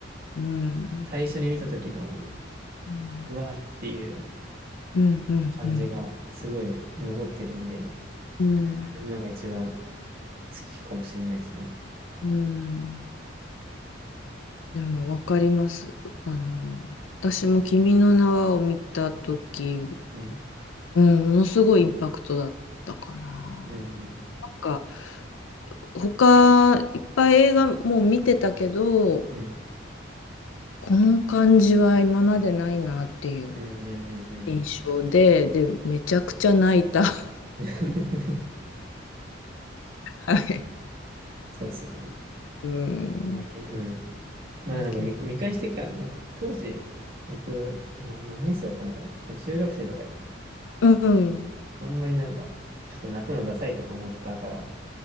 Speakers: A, on the left; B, on the right.
A: うん。
B: 最初に見た時の、
A: うん。
B: うわーっていう
A: うん。うん。
B: 感じがすごい残ってるんで、
A: うん。うん
B: なんか一番好きかもしれないですね。
A: うんでもわかります。あの、私も君の名はを見たとき、
B: うん。
A: うん、ものすごいインパクトだったかな。なんか、
B: うん。
A: 他、いっぱい映画もう見てたけど、
B: うん。
A: この感じは今までないなっていう。
B: うん。うん。うん。うん
A: 印象で、で、めちゃくちゃ泣いた。<laughs>
B: <laughs>
A: はい。
B: そうですよね。
A: うん。
B: だけ、うん。まあなんか見、
A: 泣きま、
B: 見返してからの、当時、僕、な、何年生だったんだろう。もう中学生とかで、
A: うん。うん。
B: あんまりなんか、ちょっと泣くのダサいとか思ってたから、